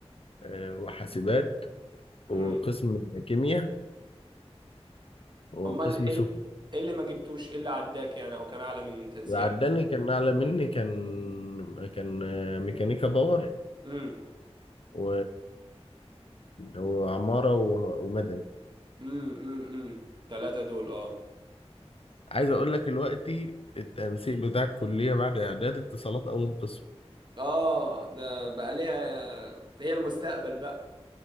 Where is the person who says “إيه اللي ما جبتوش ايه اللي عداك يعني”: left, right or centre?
Right